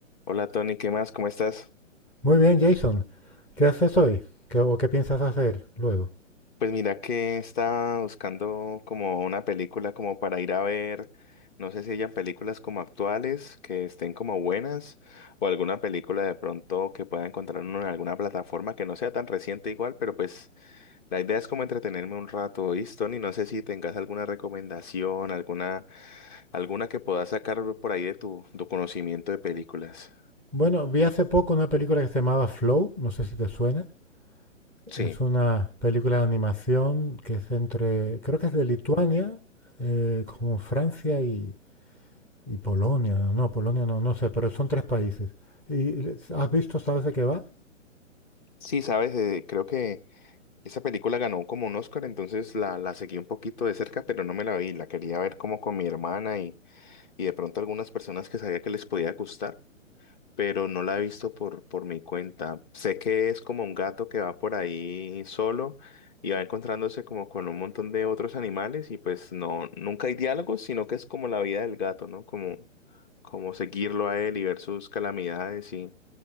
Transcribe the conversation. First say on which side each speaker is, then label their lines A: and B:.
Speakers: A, on the left; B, in the centre.
A: Hola Tony, ¿qué más? ¿Cómo estás?
B: Muy bien, Jason. ¿Qué haces hoy? ¿Qué, o qué piensas hacer luego?
A: Pues mira que estaba buscando como una película como para ir a ver, no sé si hayan películas como actuales que estén como buenas o alguna película de pronto que pueda encontrar uno en alguna plataforma que no sea tan reciente igual, pero pues la idea es como entretenerme un rato, ¿oíste, Tony? No sé si tengas alguna recomendación, alguna, alguna que puedas sacar por ahí de tu, tu conocimiento de películas.
B: Bueno, vi hace poco una película que se llamaba Flow, no sé si te suena.
A: Sí.
B: Es una película de animación que es entre, creo que es de Lituania, eh, como Francia y, y Polonia. No, Polonia no, no sé, pero son tres países. ¿Y has visto, sabes de qué va?
A: Sí, sabes, Eh, creo que Esa película ganó como un Oscar, entonces la, la seguí un poquito de cerca, pero no me la vi. La quería ver como con mi hermana y, y de pronto algunas personas que sabía que les podía gustar, pero no la he visto por, por mi cuenta. Sé que es como un gato que va por ahí solo y va encontrándose como con un montón de otros animales y pues no, nunca hay diálogos, sino que es como la vida del gato, ¿no? Como, como seguirlo a él y ver sus calamidades y,